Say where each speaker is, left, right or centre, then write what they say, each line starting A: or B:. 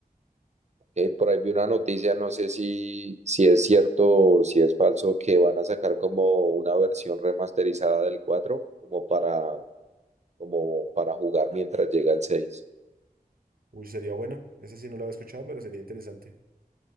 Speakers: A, on the right; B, on the right.
A: Eh, por ahí vi una noticia, no sé si, si es cierto o si es falso, que van a sacar como una versión remasterizada del 4 como para, como para jugar mientras llega el seis
B: Uy, sería bueno. Ese sí no lo había escuchado, pero sería interesante.